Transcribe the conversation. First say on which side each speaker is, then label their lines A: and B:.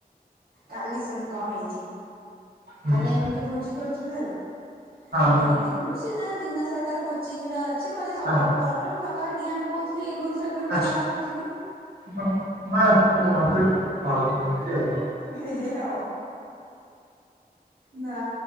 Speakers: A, on the right; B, on the right.
A: କାଲି ଶୁନ କଣ ହେଇଛି।
B: ହଁ
A: କାଲି ଆମେ ଯୋଉ ଭୋଜି କରୁ ଦେଲୁ ହେଲା। ପ୍ରଦୀମ୍ନ
B: ହଁ
A: ସେ ଦିନ ସାରା ତାର କୋଚିଂ ର ଅଛି ମୋତେ ସକାଳୁ
B: ହଁ
A: କଲା, ମୁଁ ସକ ଡିଆଁ ପକଉଥିଲି ଏ ଘରୁ ସେ ଘରୁ ଡିଆଁ
B: ଆଛା
A: ପକଉଥିଲି
B: ତ ମାଙ୍କ ତ ମା କରି ଆ।
A: ହେ ଆଉ। ନା।